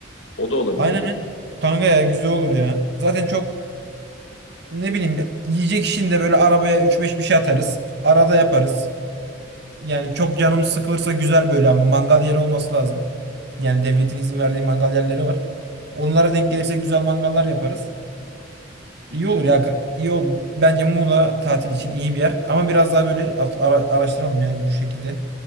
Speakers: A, on the left; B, on the right.
A: O da olabilir.
B: Aynen aynen. Kanka ya güzel olur ya. Zaten çok ne bileyim bir- yiyecek işinde böyle arabaya üç beş bir şey atarız. Arada yaparız. Yani çok canımız sıkılırsa güzel böyle ama mangal yeri olması lazım. Yani devletin izin verdiği mangal yerleri var. Onlara denk gelirsek güzel mangallar yaparız. İyi olur ya. İyi o bence Muğla tatil için iyi bir yer. Ama biraz daha böyle at- ara- araştıralım yani bu şekilde.